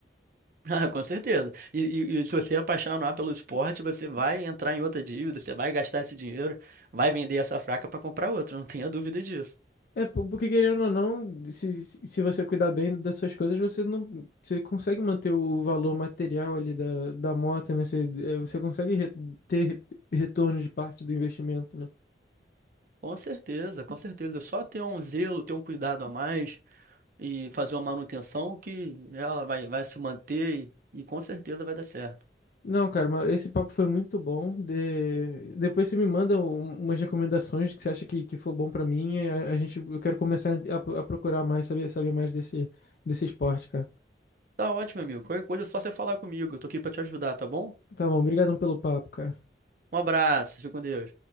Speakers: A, on the right; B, on the left.
A: <laughs> Ah, com certeza. E, e- e se você apaixonar pelo esporte, você vai entrar em outra dívida, você vai gastar esse dinheiro, vai vender essa fraca para comprar outra, não tenha dúvida disso.
B: É, po- porque querendo ou não, se, se se você cuidar bem das suas coisas, você não. Você consegue manter o valor material ali da, da moto, né? Você, é, você consegue re- ter re- retorno de parte do investimento, né?
A: Com certeza, com certeza. É Só ter um zelo, ter um cuidado a mais e fazer uma manutenção que né, ela vai, vai se manter e, e com certeza vai dar certo.
B: Não, cara, mas esse papo foi muito bom. De- Depois você me manda um- umas recomendações que você acha que, que for bom pra mim. e A, a gente, eu quero começar a, a procurar mais, saber, saber mais desse, desse esporte, cara.
A: Tá ótimo, amigo. Qualquer coisa é só você falar comigo. Eu tô aqui para te ajudar, tá bom?
B: Tá bom, obrigadão pelo papo, cara.
A: Um abraço, fica com Deus.